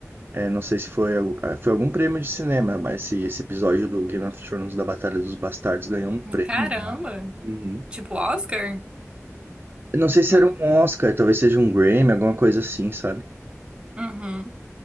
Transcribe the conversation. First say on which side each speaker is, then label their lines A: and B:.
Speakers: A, on the right (about 40°); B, on the right (about 20°).
A: é, não sei se foi, algu- ah, foi algum prêmio de cinema, mas se esse episódio do Game of Thrones da Batalha dos Bastardos ganhou um prêmio
B: Caramba.
A: lá. Uhum.
B: Tipo Oscar?
A: Eu não sei se
B: Não.
A: era um Oscar, talvez seja um Grammy, alguma coisa assim, sabe?
B: Uhum.